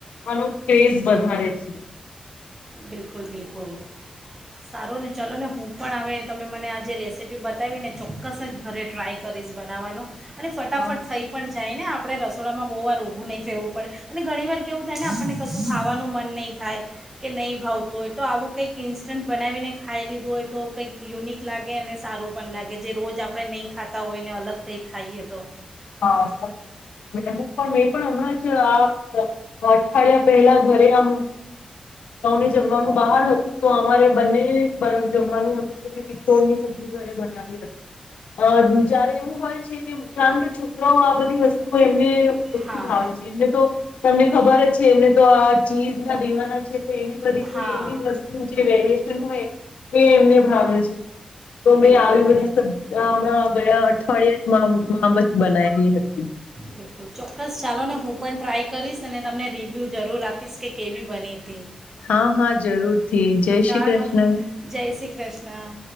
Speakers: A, on the left (about 75°); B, on the right (about 15°).
A: આનો ક્રેઝ વધારે છે.
B: બિલકુલ બિલકુલ સારું ને ચલો ને હું પણ હવે તમે મને આ જે રેસીપી બતાવીને ચોક્કસ જ ઘરે ટ્રાય કરીશ બનાવવાનો અને ફટાફટ
A: હા હા.
B: થઈ પણ જાય ને આપ આપણે રસોડામાં બહુવાર ઊભૂ નહીં થેવું પડે અને ઘણી વાર કેવું થાયને આપણને કશું ખાવાનું મન નહીં થાય કે નહીં ભાવતું હોય તો આવું કંઈક ઇન્સ્ટન્ટ બનાવીને ખાઈ લીધું હોય તો કંઈક યુનિક લાગે અને સારું પણ લાગે જે રોજ આપણે નહીં ખાતા હોય ને અલગ કંઈક ખાઈએ તો.
A: <unintelligible> ને એમનું પણ મેં પણ હમણાં જ આ અઠવાડિયા પહેલા ઘરે આમ અમે જમવાનું બહાર હતું તો અમારે બંને બ જમવાનું હતું. મે પિત્તોળની સબ્જી ઘરે બનાવી હ અ જારે એવું હોય છે કે. <unintelligible> છોકરાઓ આ બધી વસ્તુઓ એમ ને ઓછી
B: હા
A: ભાવ છે એમને તો તમને ખબર જ છે એમને તો આ ચીજના દીવાના છે. એવી બધી કોઈ
B: હા
A: એવી વસ્તુ જે વેરી હોય એ એમને ભાવે છે. તો મે
B: બિલકુલ
A: આવી બધી સબ્ઝ અ હમણાં ગયા અઠવાડિયે જ બનાવી હતી
B: બિલકુલ ચોક્કસ ચાલો ને હું પણ ટ્રાય કરીશ અને તમને રિવ્યૂ જરૂર આપીશ કે કેવી બની તી.
A: હા હા જરૂરથી જય
B: ચાલો
A: શ્રી કૃષ્ણ.
B: જય શ્રી કૃષ્ણ